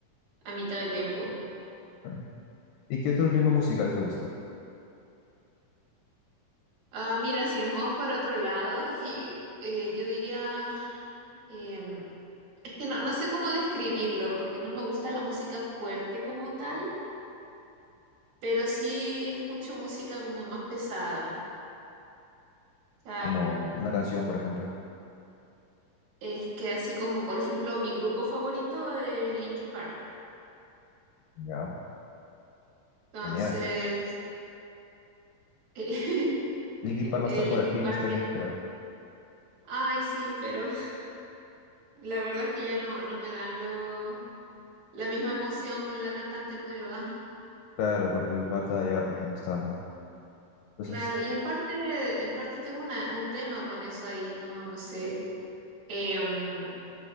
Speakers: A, on the right; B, on the left.
A: a mitad de tiempo.
B: <laughs> ¿Y qué otro ritmo musical te gusta?
A: Ah, mira, si nos vamos para otro lado, es que, eh, yo diría, em, es que no, no sé cómo describirlo, porque no me gusta la música fuerte como tal, pero sí escucho música como más pesada. O sea,
B: Como
A: mm,
B: una canción, por ejemplo.
A: es que así como, por ejemplo, mi grupo favorito es Linkin Park.
B: Ya,
A: Entonces,
B: genial.
A: eh, <laughs>
B: Linkin Park va
A: eh,
B: a estar
A: Linkin
B: por aquí en
A: Park
B: este
A: es-
B: mes, creo.
A: ay, sí, pero <laughs> la verdad es que ya no, no me dan lo, la misma emoción con la cantante nueva.
B: Claro, porque el pata ya, pues ya no está, ¿no? Entonces,
A: Claro, y en parte, en parte tengo una, un tema con eso ahí, no, no sé. Em,